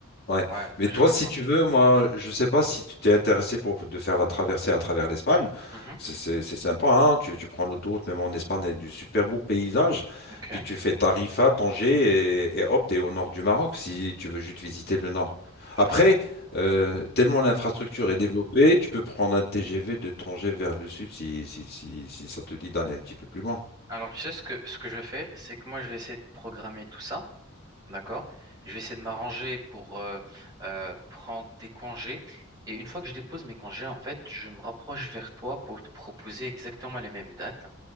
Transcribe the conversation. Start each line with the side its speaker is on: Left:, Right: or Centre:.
Left: Ouais.
Right: ouais,
Left: Mais
Right: je
Left: toi,
Right: vois
Left: si
Right: ça.
Left: tu veux, moi, je sais pas si tu t'es intéressé pour de faire la traversée à travers l'Espagne.
Right: Mmh.
Left: C'est c'est- c'est sympa, hein. Tu, tu prends l'autoroute, même en Espagne, il y a du super beau paysage.
Right: Ok,
Left: Puis tu fais Tarifa, Tanger et, et hop, t'es au nord du Maroc si tu veux juste visiter le nord.
Right: parfait.
Left: Après, euh, tellement l'infrastructure est développée, tu peux prendre un TGV de Tanger vers le sud si, si, si, si ça te dit d'aller un petit peu plus loin.
Right: Alors, tu sais ce que, ce que je vais faire, c'est que moi, je vais essayer de programmer tout ça, d'accord? Je vais essayer de m'arranger pour euh, euh, prendre des congés. Et une fois que je dépose mes congés, en fait, je me rapproche vers toi pour te proposer exactement les mêmes dates.